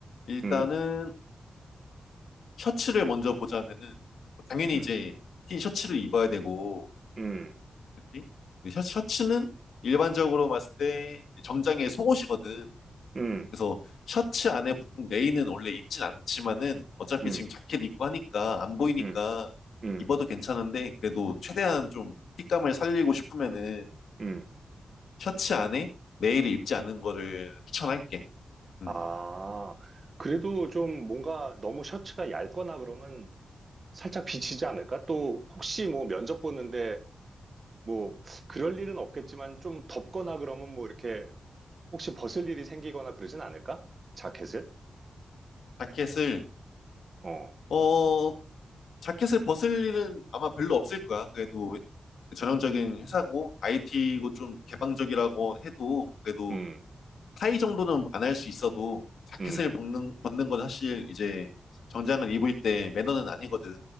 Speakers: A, on the left (about 85°); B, on the right (about 35°).
A: 일단은
B: 음,
A: 셔츠를 먼저 보자면은 당연히
B: 음,
A: 이제 흰 셔츠를 입어야 되고,
B: 음,
A: 그치? 근데 셔- 셔츠는 일반적으로 봤을 때 정장에 속옷이거든.
B: 음,
A: 그래서 셔츠 안에 보통 레인은 원래 입진 않지만은 어차피
B: 음,
A: 지금 자켓 입고 하니까 안 보이니까
B: 음, 음,
A: 입어도 괜찮은데 그래도 최대한 좀 핏감을 살리고 싶으면은
B: 음.
A: 셔츠 안에 레이를 입지 않는 거를 추천할게. 음.
B: 아, 그래도 좀 뭔가 너무 셔츠가 얇거나 그러면 살짝 비치지 않을까? 또 혹시 뭐 면접 보는데 뭐 그럴 일은 없겠지만 좀 덥거나 그러면 뭐 이렇게 혹시 벗을 일이 생기거나 그러진 않을까? 자켓을?
A: 자켓을
B: 어,
A: 어 자켓을 벗을 일은 아마 별로 없을 거야. 그래도 전형적인 회사고 IT고 좀 개방적이라고 해도 그래도
B: 음,
A: 타이 정도는 안 할 수 있어도 자켓을
B: 음,
A: 벗는, 벗는 건 사실 이제 정장을 입을 때 매너는 아니거든.